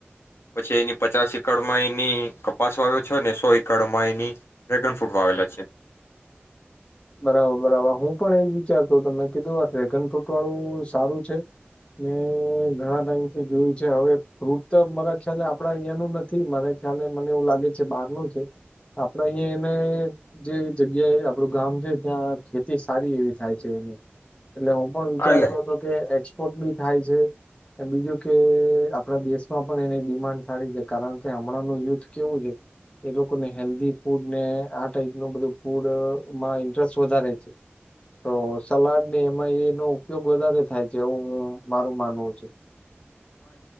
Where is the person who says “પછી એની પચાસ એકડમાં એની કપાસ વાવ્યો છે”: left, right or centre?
Left